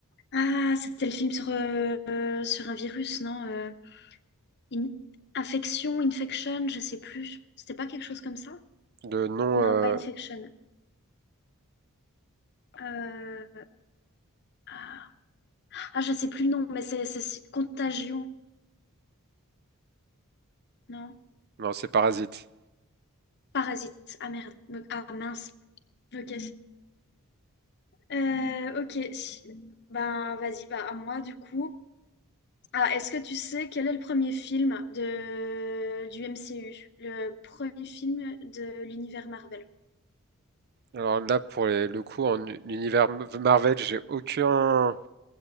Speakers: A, on the left; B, on the right.
A: Ah, c'était le film sur, euh, euh, sur un virus, non? euh, in- Infection, infection, je sais plus. C'était pas quelque chose comme ça?
B: Le nom,
A: Non,
B: euh,
A: pas infection. Euh, Ah, ah, je sais plus le nom, mais c'est c'est- contagion, non?
B: non, c'est Parasite.
A: Parasite. Ah merde. Me- Ah mince. Ok. Euh, ok, ben vas-y, bah à moi du coup. Ah, est-ce que tu sais quel est le premier film de... du MCU? Le premier film de l'univers Marvel.
B: Alors là, pour les- le coup, en u- univers Marvel, j'ai aucun